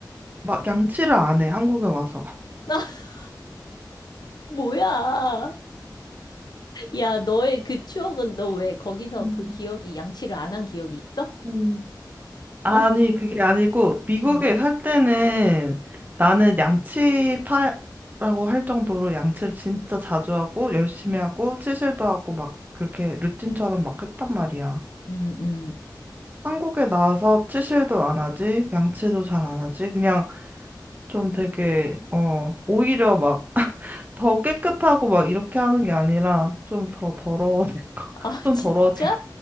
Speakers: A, on the right (about 25°); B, on the left (about 65°).
A: 막 양치를 안 해, 한국에 와서.
B: <laughs> 뭐야? 야, 너의 그 추억은 너 왜 거기서
A: 음,
B: 그 기억이 양치를 안 한 기억이 있어?
A: 음, 아니,
B: 어?
A: 그게 아니고, 미국에
B: 응.
A: 살 때는 나는 양치파라고 할 정도로 양치를 진짜 자주 하고, 열심히 하고, 치실도 하고, 막 그렇게 루틴처럼 막 했단 말이야.
B: 음, 음.
A: 한국에 나와서 치실도 안 하지, 양치도 잘 안 하지, 그냥 좀 되게, 어, 오히려 막 더 <laughs> 깨끗하고 막 이렇게 하는 게 아니라 좀 더 더러워지고, <laughs>
B: 아, <laughs>
A: 좀
B: 진짜?
A: 더러워지고.